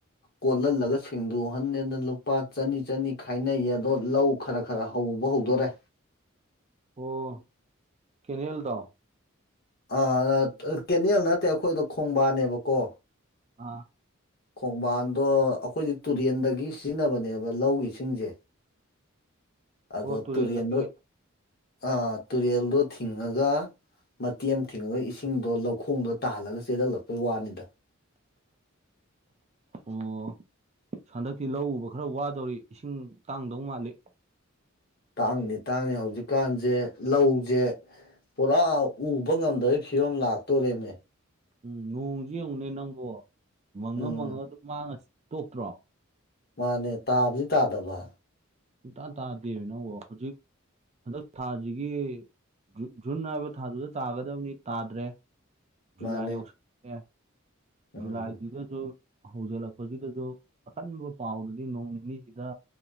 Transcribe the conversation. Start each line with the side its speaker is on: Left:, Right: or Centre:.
Left: ꯀꯣꯠꯍꯜꯂꯒ ꯁꯦꯡꯗꯣꯛꯍꯟꯅꯦꯅ ꯂꯨꯄꯥ ꯆꯅꯤ ꯆꯅꯤ ꯈꯥꯏꯅꯩ ꯑꯗꯣ ꯂꯧ ꯈꯔ ꯈꯔ ꯍꯧꯕ ꯍꯧꯗꯣꯔꯦ
Right: ꯑꯣ ꯀꯦꯅꯦꯜꯗꯣ
Left: ꯑꯥ ꯑꯥ ꯀꯦꯅꯦꯜ ꯅꯠꯇꯦ ꯑꯩꯈꯣꯏꯗ ꯈꯣꯡꯕꯥꯟꯅꯦꯕꯀꯣ
Right: ꯑꯥ
Left: ꯈꯣꯡꯕꯥꯟꯗꯣ ꯑꯈꯣꯏꯗꯤ ꯇꯨꯔꯦꯟꯗꯒꯤ ꯁꯤꯖꯤꯟꯅꯕꯅꯦꯕ ꯂꯧꯒꯤ ꯏꯁꯤꯡꯖꯦ ꯑꯗꯣ
Right: ꯑꯣ ꯇꯨꯔꯦꯜꯗꯒꯤ
Left: ꯇꯨꯔꯦꯜꯗꯣ
Right: ꯑꯣꯏꯅ
Left: ꯑꯥ ꯇꯨꯔꯦꯜꯗꯣ ꯊꯤꯡꯉꯒ ꯃꯇꯦꯛ ꯑꯝ ꯊꯤꯡꯉꯒ ꯏꯁꯤꯡꯗꯣ ꯂꯧꯈꯣꯡꯗꯣ ꯇꯥꯍꯜꯂꯒ ꯆꯦꯜꯍꯜꯂꯛꯄꯩ ꯋꯥꯅꯤꯗ
Right: ꯑꯣ ꯍꯟꯗꯛꯇꯤ ꯂꯧ ꯎꯕ ꯈꯔ ꯋꯥꯗꯧꯔꯤ ꯏꯁꯤꯡ ꯇꯥꯡꯗꯧ ꯃꯥꯜꯂꯤ
Left: ꯇꯥꯡꯅꯤ ꯇꯥꯡꯅꯤ ꯍꯧꯖꯤꯛꯀꯥꯟꯖꯦ ꯂꯧꯖꯦ ꯄꯨꯔꯥ ꯎꯕ ꯉꯝꯗꯕꯒꯤ ꯐꯤꯕꯝ ꯂꯥꯛꯇꯣꯔꯦꯅꯦ
Right: ꯎꯝ ꯅꯣꯡꯖꯦ ꯌꯦꯡꯉꯨꯅꯦ ꯅꯪꯕꯣ ꯃꯪꯉ
Left: ꯎꯝ
Right: ꯃꯪꯉ ꯑꯗꯨꯝ ꯃꯥꯡꯉ ꯇꯣꯛꯇ꯭ꯔꯣ
Left: ꯃꯥꯅꯦ ꯇꯥꯕꯗꯤ ꯇꯥꯗꯕ
Right: ꯁꯨꯛꯇꯥ ꯇꯥꯗꯦꯃꯦ ꯅꯪꯕꯣ ꯍꯨꯖꯤꯛ ꯍꯟꯗꯛ ꯊꯥꯖꯤꯒꯤ ꯖꯨꯟ ꯖꯨꯟ ꯍꯥꯏꯕ ꯊꯥꯗꯨꯗ ꯇꯥꯒꯗꯕꯅꯤ ꯇꯥꯗ꯭ꯔꯦ ꯖꯨꯂꯥꯏ
Left: ꯃꯥꯅꯦ
Right: ꯌꯧꯁꯜ ꯂꯦ
Left: ꯎꯝ
Right: ꯖꯨꯂꯥꯏꯗꯨꯗꯖꯨ ꯍꯧꯖꯤꯜꯂꯛꯄꯖꯤꯗꯖꯨ ꯑꯀꯟꯕ ꯄꯥꯎꯗꯗꯤ ꯅꯣꯡ ꯅꯤꯅꯤꯁꯤꯗ